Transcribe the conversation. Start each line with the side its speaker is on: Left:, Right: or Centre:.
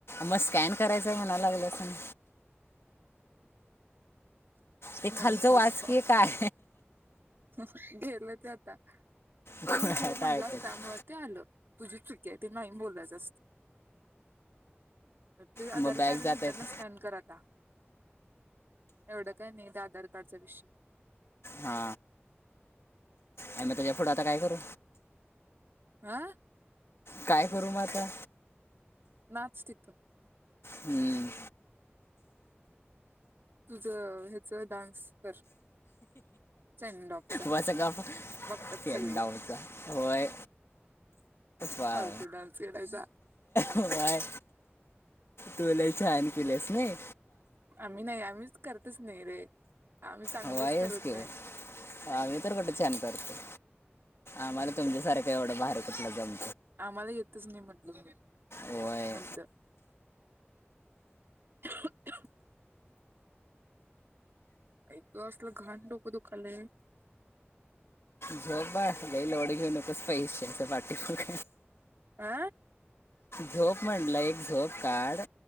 Left: म स्कॅन करायच आहे म्हणा लागल्यास आणि. ते
Right: तू म्हणतोयस
Left: खालच वाचकी काय
Right: गेल ते आता. तू
Left: आता
Right: हो म्हणलास
Left: ऐकत
Right: त्यामुळ ते आल तुझी चु क्या ते नाइ बोलायच असत ते
Left: मग
Right: आधार
Left: बॅग
Right: कार्ड
Left: जात
Right: नंतर
Left: आहेत
Right: ना स्कॅन कर आता. एवढ काय नाइ त्या आधार कार्डचा विषय.
Left: हा नाइ म त्याच्या पुढ आता काय करू?
Right: आ
Left: काय करू म आता?
Right: नाच तिथं.
Left: हम्म.
Right: तुझ हेच डान्स कर. सेंड ऑफचा
Left: बस गप
Right: बघतात
Left: केडाऊचा
Right: सगळी
Left: होय, होय,
Right: फालतू डान्स करायचा
Left: होय. तू लई छान केिल्यास नाई.
Right: आम्ही नाय आम्ही करतच नाय रे. आम्ही चांगलंच
Left: होयच
Right: करत
Left: की
Right: नाही
Left: आम्ही तर कुठं छान करतोय आम्हाला तुमच्यासारखं एवढं भारी कुठलं जम
Right: आम्हाला येतच नाइ मी म्हटलं.
Left: होय
Right: मंद <unintelligible> आई ग असलं घाण डोक दुखायल.
Left: झोप बाळ लई लोड घेऊ नकोस पैशाचा पाटी माग
Right: आ
Left: झोप म्हटलं एक झोप काढ.